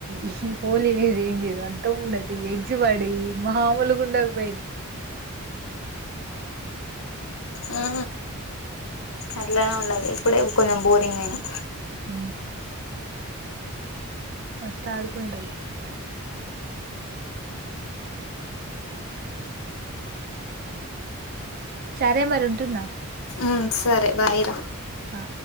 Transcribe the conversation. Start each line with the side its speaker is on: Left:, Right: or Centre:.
Right: ఈ హోలీ అనేది ఏం లేదు అంత ఉండది ఎగ్స్ పడి మామూలుగాండకపోయేది
Left: ఆ అట్లానే ఉండదు ఇప్పుడే కొంచెం బోరింగ్ అయిను
Right: ఊ వస్తా ఆడుకుంటలో సరే మరి ఉంటున్నా
Left: ఉ సరే బాయరా
Right: ఆ